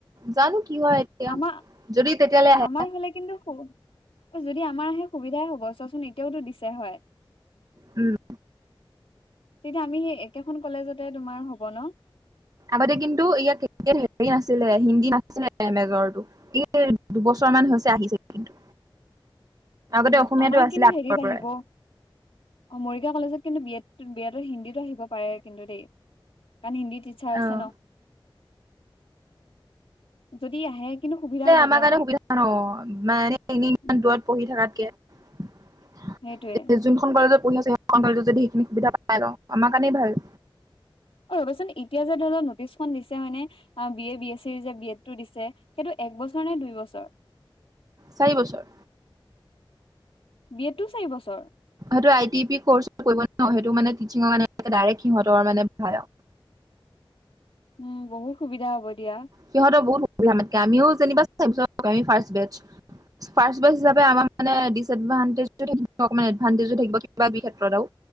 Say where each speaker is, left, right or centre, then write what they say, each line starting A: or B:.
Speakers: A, on the right (about 40°); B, on the left (about 85°).
A: জানো কি হয়। এতিয়া
B: আমাৰ
A: যদি তেতিয়ালৈ আহে
B: আমাৰ হলে, কিন্তু অ যদি আমাৰ আহে সুবিধাই হব চোৱাচোন এতিয়াওতো দিছে হয়।
A: উম।
B: তেতিয়া আমি সেই একেখন কলেজতে তোমাৰ হব ন।
A: আগতে কিন্তু ইয়াত কে হেৰি নাছিলে হিন্দী নাছিলে মেজৰটো। এ দুবছৰ মান হৈছে আহিছে কিন্তু। আগতে
B: উম
A: অসমীয়াটো
B: আমাৰ
A: আছিলে
B: কিন্তু
A: আগৰ
B: হেৰিত আহিব
A: পৰাই।
B: অ মৰিগাঁও কলেজত কিন্তু বি এ বি এডত হিন্দী আহিব পাৰে কিন্তু দেই কাৰণ হিন্দী ইচ্ছা আছে
A: অ
B: ন, যদি আহে কিন্তু সুবিধা হ'ব
A: আমাৰ
B: দিয়া
A: কাৰণে সুবিধা ন মানে এনেই ইমান
B: উম
A: দূৰত পঢ়ি থাকাতকে।
B: সেইটোয়ে
A: যোনখন কলেজত পঢ়ি আছে, সেইখন কলেজত যদি সেইখিনি সুবিধা পাই লওঁ আমাৰ কাৰণেই ভাল।
B: অ ৰ'বাচোন, এতিয়া যে ধৰি লক নটিচখন দিছে মানে B A B S C যে বি এড টো দিছে। সেইটো এক বছৰ নে দুই বছৰ।
A: চাৰি বছৰ।
B: বি এত টো চাৰি বছৰ?
A: সেইটো আই টি পি কৰচ ন সেইটো মানেটিচিঙ মানে ডৰেক সিহতৰ মানে ভাল।
B: উম বহুত সুবিধা হ'ব দিয়া।
A: সিহঁতৰ বহুত সুবিধা আমাতকে আমিও যেনিবা same first batch. First batch হিচাপে আমাৰ মানে ডিচএডভানটেজ তো থাকিব অকমান এডভানতেজো থাকিব কিবা কিবি খেত্ৰত আও